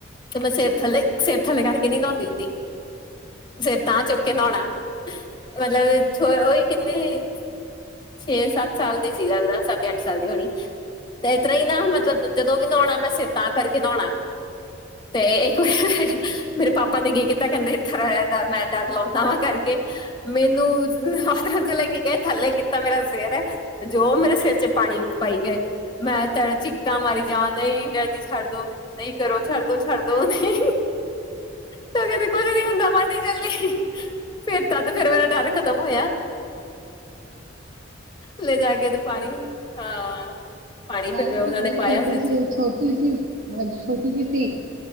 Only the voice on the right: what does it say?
ਮੈਂ ਵੀ
ਬੜੀ ਕੁੜੀਆਂ
ਨੂੰ
ਛੋਟੀ
ਸੀ ਛੋਟੀ ਸੀ, ਹਾਂਜੀ ਛੋਟੀ ਜਿਹੀ ਸੀ,